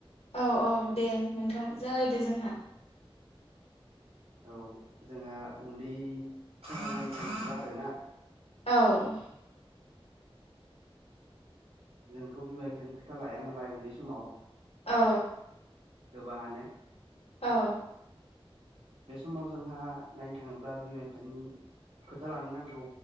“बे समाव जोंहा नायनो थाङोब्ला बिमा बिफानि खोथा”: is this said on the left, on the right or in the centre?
Right